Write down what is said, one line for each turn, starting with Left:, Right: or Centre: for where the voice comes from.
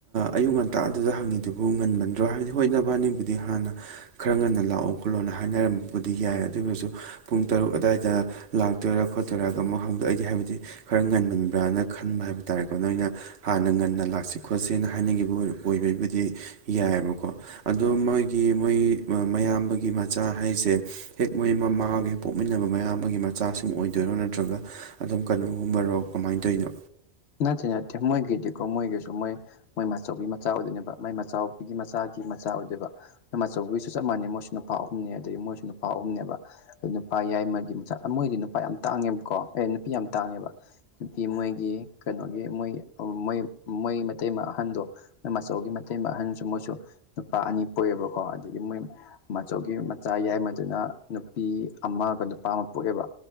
Right: ꯑꯌꯨꯛ ꯉꯟꯇꯥ ꯑꯗꯨꯗ ꯍꯪꯉꯤꯗꯨꯕꯨ ꯉꯟꯃꯟꯗ꯭ꯔꯣ ꯍꯥꯏ ꯍꯣꯏ ꯅꯕꯥꯅꯤꯕꯨꯗꯤ ꯍꯥꯟꯅ ꯈꯔ ꯉꯟꯅ ꯂꯥꯛꯑꯣ ꯈꯣꯠꯂꯣꯅ ꯍꯥꯏꯅꯔꯝꯕꯗꯤ ꯌꯥꯏ ꯑꯗꯨꯕꯨꯁꯨ ꯄꯨꯡ ꯇꯔꯨꯛ ꯑꯗꯥꯏꯗ ꯂꯥꯛꯇꯣꯏꯔꯥ ꯈꯣꯠꯇꯣꯏꯔꯥꯗꯣ ꯑꯃꯨꯛ ꯍꯥꯡꯗꯣꯛꯏꯗꯤ ꯍꯥꯏꯕꯗꯤ ꯈꯔ ꯉꯟꯃꯟꯕ꯭ꯔꯥꯅ ꯈꯟꯕ ꯍꯥꯏꯕ ꯇꯥꯔꯦꯀꯣ ꯅꯣꯏꯅ ꯍꯥꯟꯅ ꯉꯟꯅ ꯂꯥꯛꯁꯤ ꯈꯣꯠꯁꯤꯅ ꯍꯥꯏꯅꯈꯤꯕ ꯑꯣꯏꯔ ꯑꯣꯏꯕꯩꯕꯨꯗꯤ ꯌꯥꯏꯑꯦꯕꯀꯣ ꯑꯗꯣ ꯃꯣꯏꯒꯤ ꯃꯣꯏ ꯃꯌꯥꯝꯕꯒꯤ ꯃꯆꯥ ꯍꯥꯏꯁꯦ ꯍꯦꯛ ꯃꯣꯏ ꯃꯃꯥꯒꯤ ꯄꯣꯛꯃꯤꯟꯅꯕ ꯃꯌꯥꯝꯕꯒꯤ ꯃꯆꯥꯁꯤꯡ ꯑꯣꯏꯗꯣꯏꯔꯣ ꯅꯠꯇ꯭ꯔꯒ ꯑꯗꯨꯝ ꯀꯩꯅꯣꯒꯨꯝꯕꯔꯣ ꯀꯃꯥꯏꯅ ꯇꯧꯔꯤꯅꯣ
Left: ꯅꯠꯇꯦ ꯅꯠꯇꯦ ꯃꯣꯏꯒꯤꯗꯤꯀꯣ ꯃꯣꯏꯒꯤꯁꯨ ꯃꯣꯏ ꯃꯣꯏ ꯃꯆꯧꯕꯤ ꯃꯆꯥ ꯑꯣꯏꯗꯣꯏꯅꯦꯕ ꯃꯥꯏ ꯃꯥꯆꯧꯕꯤꯒꯤ ꯃꯆꯥꯒꯤ ꯃꯆꯥ ꯑꯣꯏꯗꯣꯏꯕ ꯃꯆꯧꯕꯤꯒꯤꯁꯨ ꯆꯞ ꯃꯥꯟꯅꯩ ꯃꯣꯏꯁꯨ ꯅꯨꯄꯥ ꯑꯍꯨꯝꯅꯤ ꯑꯗꯒꯤ ꯃꯣꯏꯁꯨ ꯅꯨꯄꯥ ꯑꯍꯨꯝꯅꯦꯕ ꯅꯨꯄꯥ ꯌꯥꯏꯃꯒꯤ ꯃꯆꯥ ꯃꯣꯏꯗꯤ ꯅꯨꯄꯥ ꯌꯥꯝ ꯇꯥꯡꯉꯦꯕꯀꯣ ꯑꯦ ꯅꯨꯄꯤ ꯌꯥꯝ ꯇꯥꯡꯉꯦꯕ ꯅꯨꯄꯤ ꯃꯣꯏꯒꯤ ꯀꯩꯅꯣꯒꯤ ꯃꯣꯏ ꯃꯣꯏ ꯃꯣꯏ ꯃꯇꯩꯃ ꯑꯍꯟꯗꯣ ꯃꯥꯆꯧꯒꯤ ꯃꯇꯩꯃ ꯑꯍꯟꯁꯨ ꯃꯣꯏꯁꯨ ꯅꯨꯄꯥ ꯑꯅꯤ ꯄꯣꯛꯑꯦꯕꯀꯣ ꯑꯗꯒꯤ ꯃꯣꯏ ꯃꯆꯧꯒꯤ ꯃꯆꯥ ꯌꯥꯏꯃꯗꯨꯅ ꯅꯨꯄꯤ ꯑꯃꯒ ꯅꯨꯄꯥ ꯑꯃ ꯄꯣꯛꯑꯦꯕ